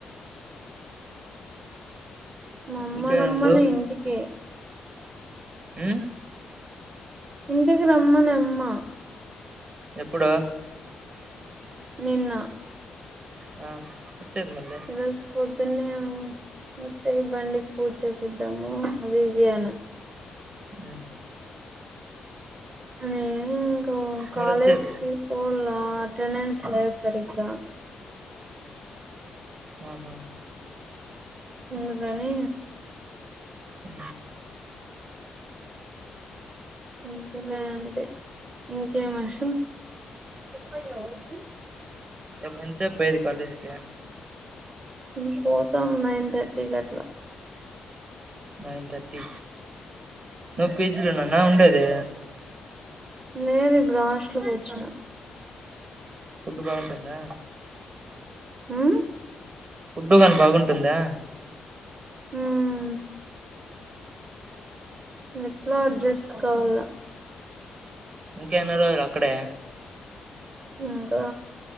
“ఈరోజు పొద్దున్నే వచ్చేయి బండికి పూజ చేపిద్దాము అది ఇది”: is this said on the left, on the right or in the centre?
Right